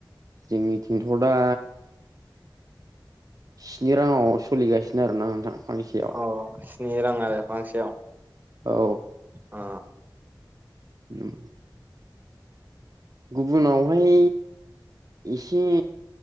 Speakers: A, on the right; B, on the right.
A: जोंनिथिंथ' दा स्नि रांङाव सलिगासिनो आरोना नोंथां फांसे
B: अह स्नि रां आरो फांसेयाव।
A: औ
B: आ
A: उम गुबुनावहाय एसे